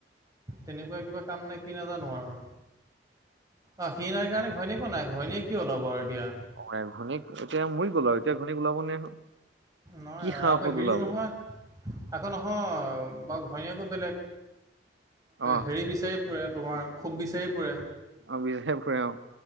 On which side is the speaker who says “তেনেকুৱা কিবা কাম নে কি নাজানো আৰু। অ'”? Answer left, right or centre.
Right